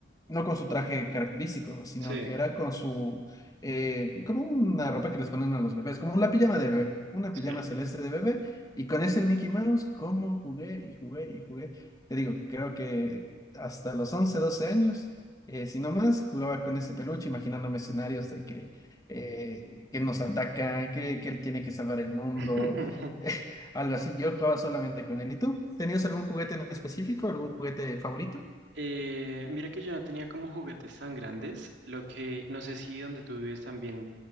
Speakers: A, on the left (about 20°); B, on the right (about 70°).
A: no con su traje característico, sino
B: Sí,
A: que era con su, eh, como una ropa que les ponen a los bebés, como la pijama de bebé, una
B: sí.
A: pijama celeste de bebé, y con ese Mickey Mouse, como jugué y jugué y jugué. Te digo, creo que hasta los 11 12 años, eh, si no más, jugaba con ese peluche, imaginándome escenarios de que, eh, que nos atacan, que, que él tiene que salvar el mundo.
B: <laughs>
A: <laughs> Algo así, yo jugaba solamente con él. ¿Y tú? ¿Tenías algún juguete en específico, algún juguete favorito?
B: Eh, mira que yo no tenía como juguetes tan grandes, lo que no sé si donde tú vives también